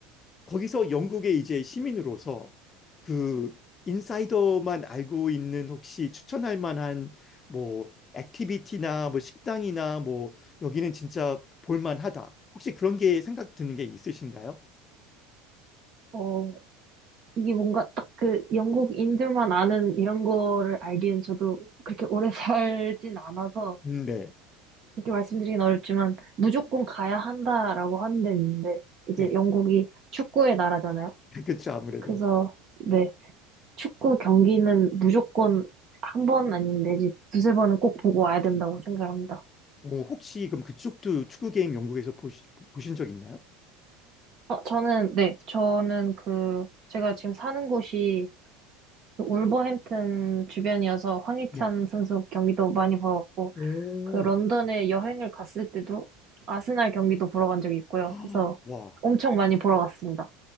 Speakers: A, on the left; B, on the right.
A: 거기서 영국의 이제 시민으로서 그 인사이더만 알고 있는 혹시 추천할 만한 뭐 액티비티나 뭐 식당이나 뭐 여기는 진짜 볼만하다. 혹시 그런 게 생각 드는 게 있으신가요?
B: 어, 이게 뭔가 딱 그 영국인들만 아는 이런 거를 알기엔 저도 그렇게 오래 <laughs> 살진 않아서
A: 음, 네.
B: 그렇게 말씀드리긴 어렵지만 무조건 가야 한다라고 하는 데는 있는데 이제
A: 네.
B: 영국이 축구의 나라잖아요.
A: <laughs> 그렇죠. 아무래도.
B: 그래서 네, 축구 경기는 무조건 한 번 아니면 내지 두세 번은 꼭 보고 와야 된다고 생각합니다.
A: 어, 혹시 그럼 그쪽도 축구 게임 영국에서 보시, 보신 적 있나요?
B: 어, 저는 네, 저는 그 제가 지금 사는 곳이 그 울버햄튼 주변이어서 황희찬
A: 네.
B: 선수 경기도 많이 보러 왔고
A: 오.
B: 그 런던에 여행을 갔을 때도 아스날 경기도 보러 간 적이 있고요.
A: <gasps>
B: 해서
A: 와.
B: 엄청 많이 보러 갔습니다.